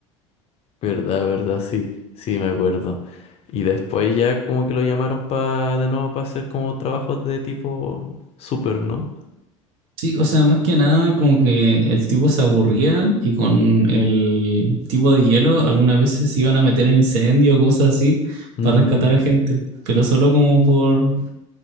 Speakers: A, on the left (about 35°); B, on the right (about 55°).
A: Verdad, verdad, sí. Sí, me acuerdo. Y después ya como que lo llamaron pa de nuevo para hacer como trabajos de tipo super, ¿no?
B: Sí, o sea, más que nada como que el tipo se aburría y con el tipo de hielo algunas veces se iban a meter en incendio o cosas así
A: Mm,
B: para rescatar a gente, pero solo como por